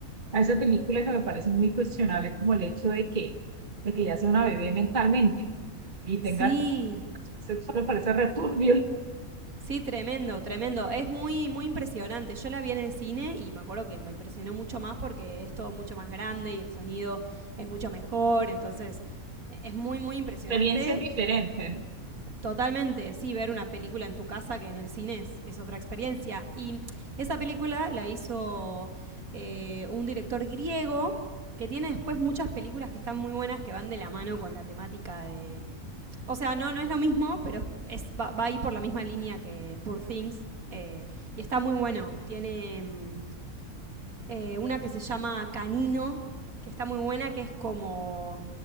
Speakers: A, on the right; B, on the right.
A: a esa película que me parece muy cuestionable, como el hecho de que, de que ya sea una bebé mentalmente y tenga
B: Sí,
A: como esa educación sexual, me parece returbio.
B: sí, tremendo, tremendo. Es muy, muy impresionante. Yo la vi en el cine y me acuerdo que me impresionó mucho más porque es todo mucho más grande y el sonido es mucho mejor. Entonces, e- es muy, muy impresionante
A: Experiencias diferentes.
B: y Totalmente, sí, ver una película en tu casa que en el cine es, es otra experiencia. Y esa película la hizo eh, un director griego que tiene después muchas películas que están muy buenas que van de la mano con la temática de... O sea, no, no es lo mismo, pero es, va, va ahí por la misma línea que Poor Things. eh, y está muy bueno. Tiene... mm, eh, una que se llama Canino, que está muy buena, que es como